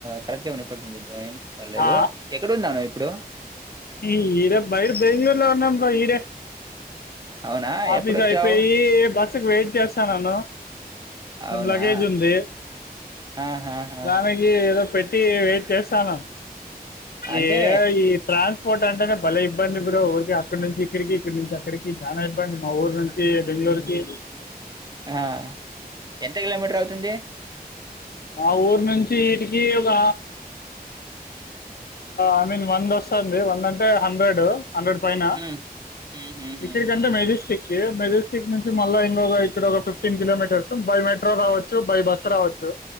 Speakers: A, on the right; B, on the left.
A: కరెక్ట్ గా వినపడుతుంది బ్రో ఏం పర్లేదు
B: ఆ
A: ఎక్కడున్నావు నువ్వు ఇప్పుడు
B: ఈ ఈడే బైరు బెంగళూరులో ఉన్నాం బ్రో ఈడే
A: అవునా?
B: ఆఫీస్
A: ఎప్పుడొచ్చావు?
B: అయిపోయి బస్సుకు వెయిట్ చేస్తానను
A: అవునా?
B: లగేజ్ ఉంది
A: ఆహాహాహా!
B: దానికి ఏదో పెట్టి వెయిట్ చేస్తానా
A: అంటే
B: ఏ ఈ ట్రాఫిక్ ట్రాన్స్పోర్ట్ అంటేనే భలే ఇబ్బంది బ్రో ఊరికి అక్కడి నుంచి ఇక్కడికి ఇక్కడి నుంచి అక్కడికి చాలా ఇబ్బంది మా ఊరు నుంచి దొరికే
A: ఆ ఎంత కిలోమీటర్ అవుతుంది
B: ఆ ఊరు నుంచి ఇడికి ఒక ఐ మీన్ వంద వస్తుంది వంద అంటే హండ్రెడ్ హండ్రెడ్ పైన
A: హ్మ్. హ్మ్. హ్మ్. హ్మ్.
B: ఇక్కడికంటే
A: హ్మ్.
B: మెజెస్టిక్ మెజెస్టిక్ నుంచి మళ్ళా ఇంకొక ఇక్కడ ఒక ఫిఫ్టీన్ కిలోమీటర్స్ బై మెట్రో రావచ్చు బై బస్సు రావచ్చు